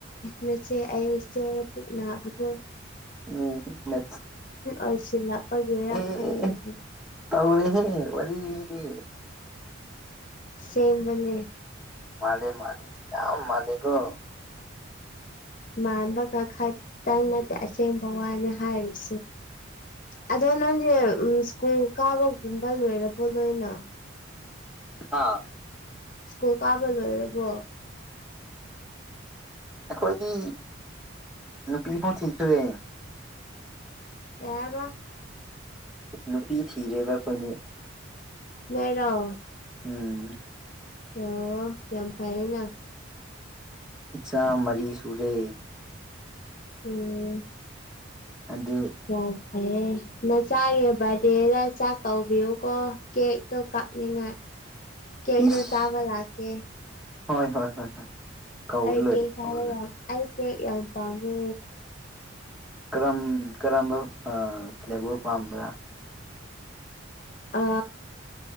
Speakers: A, on the left; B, in the centre.
A: ꯅꯆꯦ ꯑꯩꯁꯦꯅꯕ
B: ꯎꯝ ꯅꯤ
A: ꯑꯣꯏꯁꯤꯜꯂꯛꯄꯒꯤꯔ
B: ꯀꯥꯏ
A: ꯈꯪꯗ꯭ꯔꯦ
B: ꯇꯧꯔꯦꯍꯦ ꯋꯥꯔꯤꯔꯤ
A: ꯁꯦꯝ ꯃꯅꯤꯦ
B: ꯃꯥꯂꯦ ꯃꯥꯂꯦ ꯌꯥ ꯃꯥꯂꯦꯒꯣ
A: ꯃꯥꯟꯕꯒ ꯈꯛꯇꯪ ꯅꯠꯇꯦ ꯑꯁꯦꯡꯕ ꯋꯥꯅꯤ ꯍꯥꯏꯔꯤꯁꯦ ꯑꯗꯣ ꯅꯪꯁꯦ ꯁ꯭ꯀꯨꯜ ꯀꯥꯕꯒꯨꯝꯕ ꯂꯣꯏꯔꯕꯣ ꯂꯣꯏꯅ
B: ꯍꯥꯥ
A: ꯁ꯭ꯀꯨꯜ ꯀꯥꯕ ꯂ ꯑꯣꯏꯔꯕꯣ
B: ꯑꯩꯈꯣꯏꯗꯤ ꯅꯨꯄꯤ ꯐꯥꯎ ꯊꯤꯈ꯭ꯔꯦ
A: ꯀꯕ
B: ꯅꯨꯄꯤ ꯊꯤꯔꯦꯕ ꯑꯩꯈꯣꯏꯗꯤ
A: ꯂꯩꯔꯣ
B: ꯎꯝ
A: ꯑꯣ ꯌꯥꯝ ꯐꯥꯏꯅ
B: ꯏꯆꯥ ꯃꯔꯤ ꯁꯨꯔꯦ
A: ꯎꯝ
B: ꯑꯗꯨ
A: ꯌꯥꯝ ꯐꯩꯌꯦ ꯅꯆꯥꯒꯤ ꯕꯥꯔꯗꯗꯦꯗ ꯆꯥꯛ ꯀꯧꯕꯤꯌꯨꯀꯣ ꯀꯦꯛꯇꯣ ꯀꯛꯅꯤꯡꯉꯥꯏ
B: <inaudible>
A: ꯀꯦꯛꯁꯨ
B: ꯏꯁ
A: ꯆꯥꯕ ꯂꯥꯛꯀꯦ
B: ꯍꯣꯏ ꯍꯣꯏ ꯍꯣꯏ ꯍꯣꯏ ꯀꯧꯔ
A: ꯑꯩ
B: ꯂꯣꯏꯔꯦ
A: ꯀꯦ ꯆꯥꯕꯥ
B: ꯀꯧꯔ ꯂꯣꯏꯔꯦ
A: ꯌꯥꯝ ꯑꯩ ꯀꯦꯛ ꯌꯥꯝ ꯄꯥꯃꯦ
B: ꯀꯔꯝ ꯀꯔꯝꯕ ꯑ ꯐ꯭ꯂꯦꯕꯔ ꯄꯥꯝꯕ꯭ꯔꯥ
A: ꯑ